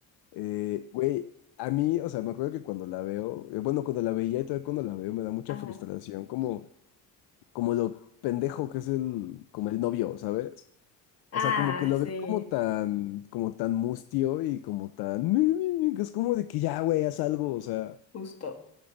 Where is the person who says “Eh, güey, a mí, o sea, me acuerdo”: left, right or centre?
Left